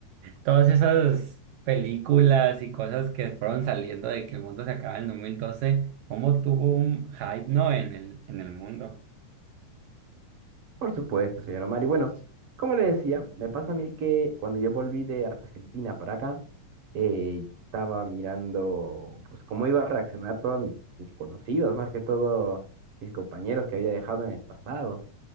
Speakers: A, on the right; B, on the right.
A: Todas esas películas y cosas que fueron saliendo de que el mundo se acaba en 2012, ¿cómo tuvo un hype, no? En el, en el mundo.
B: Por supuesto, señor Omar. Y bueno, como le decía, me pasa a mí que cuando yo volví de Argentina para acá, eh, estaba mirando pues cómo iba a reaccionar todos mis, mis conocidos, más que todo mis compañeros que había dejado en el pasado,